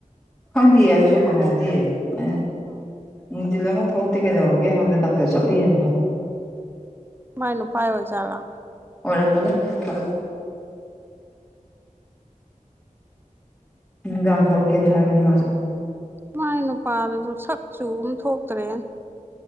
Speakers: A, in the centre; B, on the right (about 15°).
A: ꯈꯪꯗꯦꯌꯦ ꯑꯗꯨꯁꯨ ꯍꯪꯍꯧꯗꯌꯦ ꯑ
B: ꯎꯝ
A: ꯎꯝ ꯗꯤꯜ ꯑꯃꯨꯛ ꯊꯣꯛꯂꯛꯇꯦ ꯀꯩꯗꯧꯔꯒꯦ ꯍꯥꯏꯕꯗ ꯗꯥꯛꯇꯔ ꯆꯠꯎꯏꯦꯅ ꯍꯥꯏꯕ
B: ꯃꯥꯏꯅꯨ ꯄꯥꯏ ꯑꯣꯏꯖꯂ
A: ꯔ ꯃ ꯃꯅ ꯐꯜ ꯗꯥ ꯊꯣꯛꯂꯛꯀꯦꯗꯤ ꯍꯥꯏꯕꯅꯤ ꯃꯥꯁꯨ
B: ꯃꯥꯏ ꯅꯨꯄꯥꯗꯁꯨ ꯁꯛ ꯆꯨꯕ ꯊꯣꯛꯇ꯭ꯔꯦ